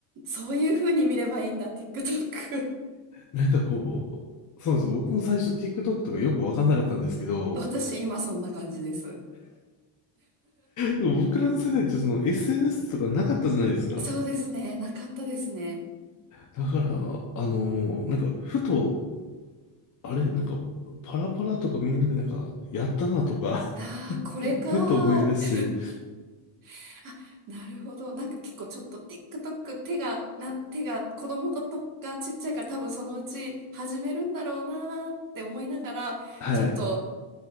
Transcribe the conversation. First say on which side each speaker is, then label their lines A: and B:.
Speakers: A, on the right; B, on the left.
A: そういう風に見ればいいんだ、TikTok。
B: なんかこう、そうなんですよ。僕も最初 TikTok とかよくわかんなかったんですけど、
A: <laughs> 私今そんな感じです。
B: でも僕らの世代ってその SNS とかなかったじゃないですか。
A: <laughs> そうですね、なかったですね。
B: だから、あのーなんかふと、あれ、なんかパラパラとかみんなでなんかやったなとか
A: ああ、これかーって。
B: <laughs> ふと思い出して、
A: <laughs> あ、なるほど。なんか結構ちょっと TikTok 手が、な、手が、子供とがちっちゃいから多分そのうち始めるんだろうなーって思いながら、
B: はい。
A: ちょっと